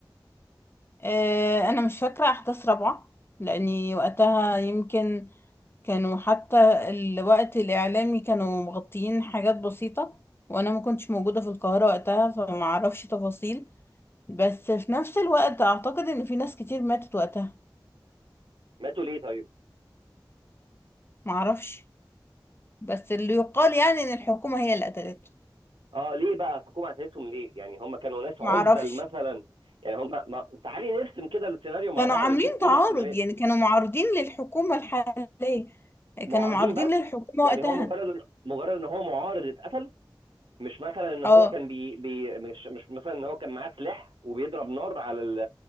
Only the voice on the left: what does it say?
آه انا مش فاكرة احداث رابعة لاني وقتها يمكن كانوا حتى الوقت الإعلامي كانوا مغطيين حاجات بسيطة وأنا ما كنتش موجودة في القاهرة وقتها فما أعرفش تفاصيل بس في نفس الوقت أعتقد إن في ناس كتير ماتت وقتها
ما أعرفش بس اللي يقال يعني إن الحكومة هي اللي قتلته
ما
أعرفش
كانوا
عاملين
تعارض
يعني كانوا معارضين للحكومة الحالية
كانوا معارضين
للحكومة
وقتها
اه